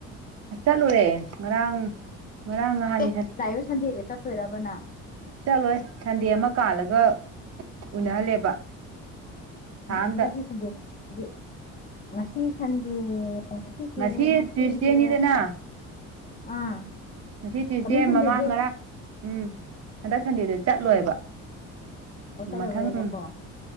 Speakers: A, on the right; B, on the left.
A: ꯆꯠꯂꯨꯔꯦ ꯉꯔꯥꯡ ꯉꯔꯥꯡ ꯉꯍꯥꯟ
B: ꯅꯠꯇꯦ ꯂꯥꯛꯏꯕ ꯁꯟꯗꯦꯁꯦ ꯆꯠꯇꯣꯏꯔꯕ ꯅ꯫
A: ꯆꯠꯂꯣꯏ ꯁꯟꯗꯦ ꯑꯃ ꯀꯥꯜꯂꯒ ꯎꯅꯍꯜꯂꯦꯕ꯫ ꯊꯥ
B: ꯎꯝ
A: ꯑꯝꯗ
B: ꯍꯟꯗꯛꯀꯤ ꯁꯟꯗꯦ ꯒꯤ ꯉꯁꯤ ꯁꯟꯗꯦ ꯉꯁꯤꯁꯦ
A: ꯉꯁꯤ
B: ꯉꯁꯤꯁꯦ
A: ꯇ꯭ꯋꯏꯁꯗꯦꯅꯤꯗꯅ
B: ꯑꯥ
A: ꯉꯁꯤ ꯇ꯭ꯌꯨꯁꯗꯦ
B: ꯀꯃꯤꯡ ꯁꯟꯗꯦꯁꯦ
A: ꯃꯃꯥꯡ ꯉꯔꯥ ꯎꯝ ꯍꯟꯗꯛ ꯁꯟꯗꯦꯗꯨ ꯆꯠꯂꯣꯏꯕ꯫
B: ꯑꯣ
A: ꯒꯤ
B: ꯆꯠꯂꯔꯣꯏꯕꯀꯣ
A: ꯃꯊꯪ ꯎꯝ
B: ꯑꯣ